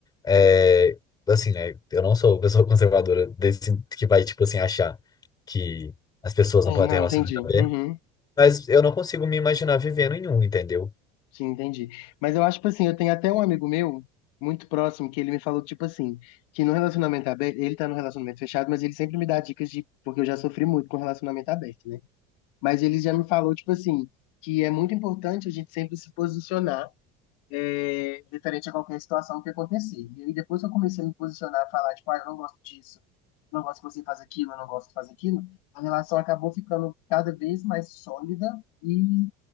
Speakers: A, on the left; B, on the left.
A: é, assim, né, eu não sou pessoa <laughs> conservadora desse que vai, tipo, assim, achar que as pessoas
B: Sim,
A: não podem
B: não,
A: ter relacionamento
B: entendi.
A: aberto,
B: Uhum,
A: mas eu não consigo me imaginar vivendo em um, entendeu?
B: sim, entendi. Mas eu acho, tipo assim, eu tenho até um amigo meu, muito próximo, que ele me falou, tipo assim, que no relacionamento aberto, ele tá no relacionamento fechado, mas ele sempre me dá dicas de, porque eu já sofri muito com relacionamento aberto, né? Mas ele já me falou, tipo assim, que é muito importante a gente sempre se posicionar é, diferente a qualquer situação que acontecer. E aí depois que eu comecei a me posicionar, a falar, tipo, ah, eu não gosto disso, não gosto que você faz aquilo, eu não gosto de fazer aquilo, a relação acabou ficando cada vez mais sólida e,